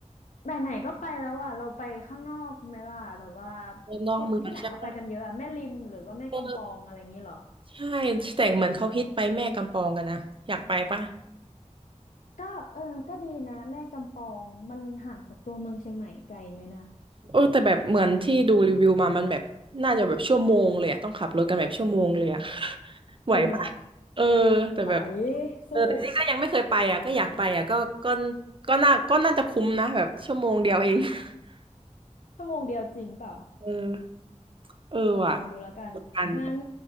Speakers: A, on the left (about 80°); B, on the right (about 45°).
A: ไหนไหนก็ไปแล้วอ่ะเราไปข้างนอกไหมล่ะแบบว่า
B: ในนอกเมืองใช่ปะ
A: คนที่ไหนเขาไปกันเยอะอะแม่ริมหรือว่าแม่กำปองอะไรอย่างงี้เหรอ
B: เออใช่แต่เหมือนเขาฮิตไปแม่กำปองกันนะอยากไปปะ
A: ก็เออก็ดีนะแม่กำปองมันห่างจากตัวเมืองเชียงใหม่ไกลไหมนะ
B: เออแต่แบบเหมือนที่ดูรีวิวมามันแบบน่าจะแบบชั่วโมงเลยอะต้องขับรถกันแบบชั่วโมงเลยอะ <laughs> ไหวปะ
A: จริงเหรอ
B: เออแต่แบบ
A: ไหว
B: เออแต่นี่ก็ยังไม่เคยไปอ่ะก็อยากไปอ่ะก็ก็
A: สู้
B: ก็น่าก็น่าจะคุ้มนะแบบชั่วโมงเดียวเอง <laughs>
A: ชั่วโมงเดียวจริงเปล่า
B: เออเออว่ะ
A: เดี๋ยวลองดูแล้วกันงั้น
B: กดดัน